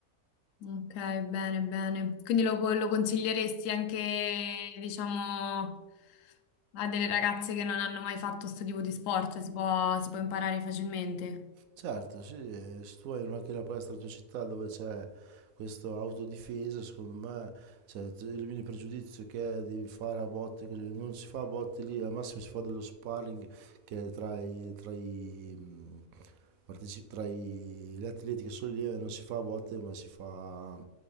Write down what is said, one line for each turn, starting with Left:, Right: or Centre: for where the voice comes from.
Left: Ok, bene, bene. Quindi lo, lo consiglieresti anche, diciamo, a delle ragazze che non hanno mai fatto questo tipo di sport? Si può, si può imparare facilmente?
Right: Certo, sì, e se tu hai anche una palestra nella tua città dove c'è questa autodifesa, secondo me, cioè, tu elimini il pregiudizio che è di fare a botte così, non si fa a botte lì, al massimo si fa dello sparring che è tra i, tra i, mh, parteci- tra i- gli atleti che sono lì e non si fa a botte, ma si fa